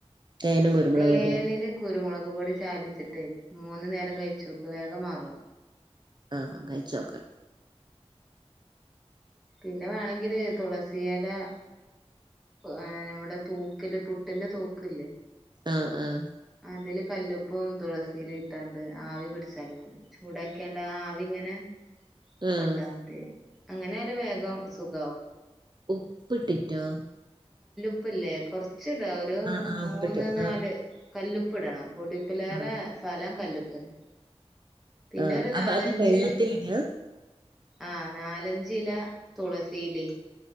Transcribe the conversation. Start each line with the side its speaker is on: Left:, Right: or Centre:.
Right: തേനും കുരുമുളക്
Centre: തേനിന്റെ
Right: പൊടിയോ
Centre: കുരുമുളക് ക് പൊടി ചാലിച്ചിട്ടേ മൂന്നു നേരം കഴിച്ചോക്ക് വേഗം മാറും
Right: ആഹ് കഴിച്ച് നോക്കാം
Centre: പിന്നെ വേണെങ്കില് തുളസിയില ങേ നമ്മുടെ തൂക്കില് പുട്ടിന്റെ തൂക്കല്ലേ
Right: ആഹ് ആഹ്
Centre: അതില് കല്ലുപ്പം തുളസിലട്ടാണ്ട് ആവി പിടിച്ചാലും മതി ചൂടാക്കിയണ്ട് ആവി ഇങ്ങനെ
Right: ആഹ്
Centre: കൊണ്ടാ മതി അങ്ങനെയാൽ വേഗം സുഖവും.
Right: ഉപ്പിട്ടിറ്റോ?
Centre: ഉപ്പല്ലേ കൊറച്ചിടാ ഒരു
Right: ആഹ് ആഹ്
Centre: മൂന്ന്
Right: ഉപ്പിട്ട്
Centre: നാല്
Right: ആഹ്
Centre: കല്ലുപ്പ് ഇടണം പൊടിപ്പിലേറെ
Right: ആഹ്
Centre: ഫലം കല്ലുപ്പിന്. പിന്നെ
Right: ആഹ്
Centre: ഒരു
Right: അപ്പൊ
Centre: നാലഞ്ച്
Right: അത് വെള്ളത്തിലിടാ
Centre: ആഹ നാലഞ്ചില തുളസിയിലേ